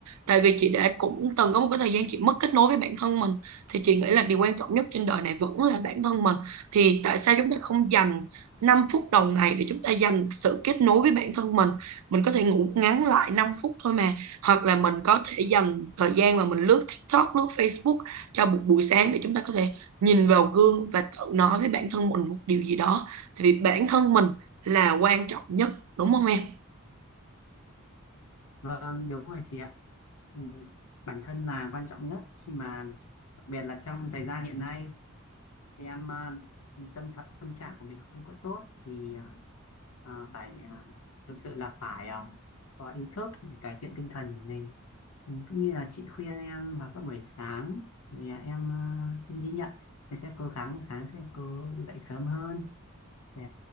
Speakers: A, on the right; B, on the left.
A: tại vì chị đã cũng từng có một cái thời gian chị mất kết nối với bản thân mình thì chị nghĩ là điều quan trọng nhất trên đời này vẫn là bản thân mình thì tại sao chúng ta không dành 5 phút đầu ngày để chúng ta dành sự kết nối với bản thân mình mình có thể ngủ ngắn lại 5 phút thôi mà hoặc là mình có thể dành thời gian mà mình lướt TikTok lướt Facebook cho một buổi sáng để chúng ta có thể nhìn vào gương và tự nói với bản thân mình một điều gì đó thì vì bản thân mình là quan trọng nhất đúng không em
B: vâng đúng rồi chị ạ Ừ, bản thân là quan trọng nhất khi mà đặc biệt là trong thời gian hiện nay thì em à, tâm thật tâm trạng của mình không có tốt thì à, à, phải à, thực sự là phải à, có ý thức để cải thiện tinh thần của mình Ừ, cũng như là chị khuyên em vào các buổi sáng thì à, em à, xin ghi nhận em sẽ cố gắng sáng sẽ cố dậy sớm hơn để